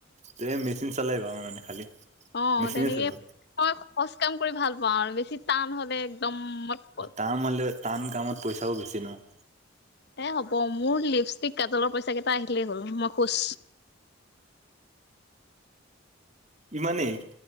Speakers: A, on the right (about 35°); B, on the left (about 55°).
A: তে মেচিন চলাই পাওঁ মানে খালি
B: অ',
A: মেচিনে
B: তেনেকে
A: চলোৱা
B: মই খহজ কাম কৰি ভাল পাওঁ আৰু বেছি টান হলে <unintelligible>
A: টান হলে টান কামত পইচাও বেছি ন <inaudible> <inaudible>
B: এ হ'ব মোৰ লিপষ্টিক কাজলৰ পইচা কেইটা আহিলেই হ'ল মই খুচ
A: ইমানেই